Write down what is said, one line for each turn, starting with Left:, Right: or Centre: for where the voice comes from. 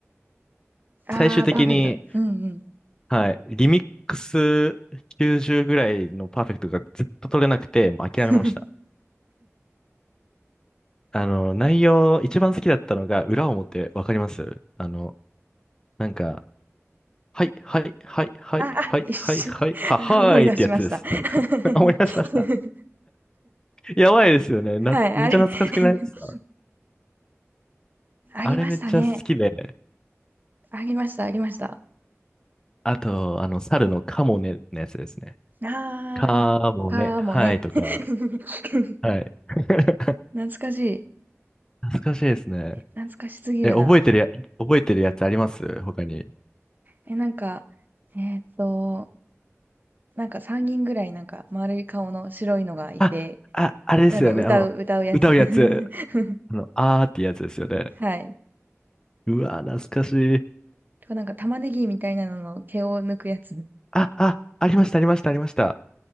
Right: ー、
Left: 最終的に
Right: あー、パーフェクト。うん
Left: はい。リミックス90ぐらいのパーフェクトがずっと取れなくて、もう諦めました。
Right: うん。<laughs>
Left: あの、内容、一番好きだったのが、裏表、わかりますあの、なんか、はい、はい、はい、はい、
Right: あ、あ、
Left: はい、
Right: 一瞬、
Left: はい、はい、
Right: <laughs>
Left: は、
Right: あ思い出しました。
Left: はーいってやつです。
Right: <laughs>
Left: <laughs> 思い出しました。やばいですよね。な、
Right: はい、
Left: めっちゃ懐かしくないですか
Right: あれ <laughs>
Left: あれめっちゃ好きで。
Right: ありましたね。ありました、ありました。
Left: あと、あの、猿のカモネのやつですね。
Right: あー、
Left: カモネ、
Right: かもね。
Left: はいとか、
Right: <laughs>
Left: はい。<laughs>
Right: 懐かしい。
Left: 懐かしいですね。
Right: 懐かしすぎるな。
Left: え、覚えてるや、覚えてるやつあります他に。
Right: え、なんか、えーっと、なんか3人ぐらいなんか丸い顔の白いのがいて、
Left: あ、あ、あれですよね。
Right: なんか歌う、
Left: あの、
Right: 歌うやつ。
Left: 歌うやつ。
Right: <laughs>
Left: あの、あーってやつですよね。
Right: はい。
Left: うわー、懐かしい。
Right: とかなんか玉ねぎみたいなのの毛を抜くやつ。
Left: あ、あ、ありました、ありました、ありました。